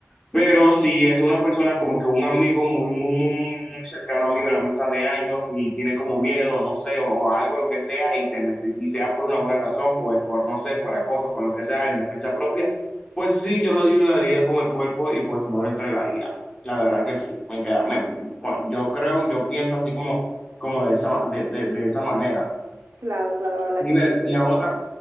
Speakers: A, on the left (about 20°); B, on the right (about 75°).
A: Pero si es una persona como que un amigo muy, muy, muy, muy muy cercano a mí, una amistad de años y tiene como miedo, no sé, o algo, lo que sea, y, se neces- y sea por una buena razón, pues por, no sé, por acoso, por lo que sea, en defensa propia, pues sí, yo lo ayudaría con el cuerpo y pues no lo entregaría. La verdad que sí, me queda, me- bueno, yo creo, yo pienso así como, como de esa, de, de, de esa manera.
B: claro, claro, la verdad
A: Y
B: que
A: ver,
B: te entiendo.
A: tenía otra,